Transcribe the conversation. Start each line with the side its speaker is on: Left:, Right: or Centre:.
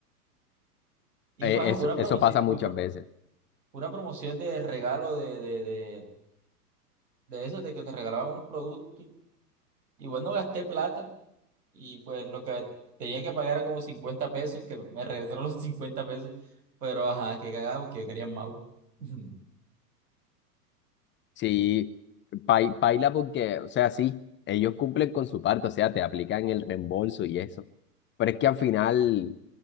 Right: Y
Left: Eh,
Right: fue ah,
Left: eso,
Right: una promoción,
Left: eso pasa muchas
Right: fue pro-
Left: veces.
Right: una promoción de regalo de, de, de, de esos, de que te regalaban un producto. Igual no gasté plata, Y pues lo que tenía que pagar era como 50 pesos, que me regresaron <laughs> los 50 pesos, pero ajá, que cagado, porque yo quería Mau. <laughs>
Left: Sí, pai- paila porque, o sea, sí, ellos cumplen con su parte, o sea, te aplican el reembolso y eso. Pero es que al final